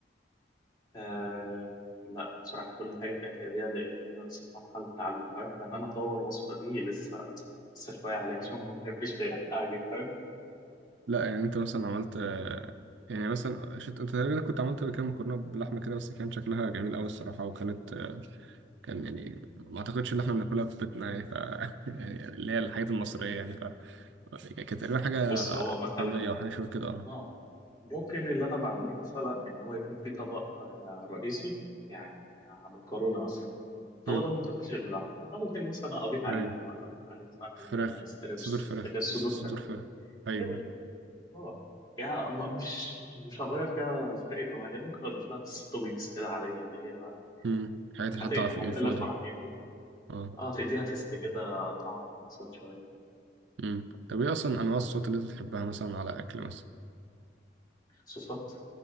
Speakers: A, on the left; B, on the right.
A: آه لا بصراحه كل حاجه في اعتياديه لان انا لسه في مرحله تعلم فاهم فان انا اطور وصفه دي لسه لسه شويه عليها عشان ما بحبش اعجب فاهم
B: لا يعني انت مثلا عملت آه، يعني مثلا شفت انت تقريبا كنت عملت كام مكرونه بلحمه كده بس كان شكلها جميل قوي الصراحه وكانت آه، كان يعني ما اعتقدش ان احنا بناكلها في بيتنا يعني ف <laughs> يعني اللي هي الحاجات المصريه يعني ف كانت تقريبا حاجه
A: بص هو مثلا
B: ايطاليه او حاجه شبه كده اه
A: اه ممكن اللي انا بعمله مثلا ان هو يكون في طبق آه، رئيسي يعني مكرونه مثلا الطبق
B: امم
A: ده ما بيتاكلش غير لحمه أنا ممكن مثلا اضيف عليه
B: ايوه
A: لحمه اضيف عليه مثلا
B: فراخ
A: ستريبس
B: صدور فراخ
A: اللي هي الصدور
B: صدور
A: بتاعت-
B: فراخ ايوه
A: كده اه يعني ما- مش مش هغير فيها فرق جوهري انا ممكن اضيف لها بس توبينجز كده عاديه اللي هي
B: امم الحاجات
A: الحاجات
B: اللي حاطه
A: الحاجات
B: على فوق من فوق
A: اللي هي
B: دي
A: الفرعيه دي
B: اه
A: اه تديها تيست كده طعم احسن شويه
B: امم طب ايه اصلا انواع الصوت اللي انت بتحبها مثلا على اكل مثلا
A: صوصات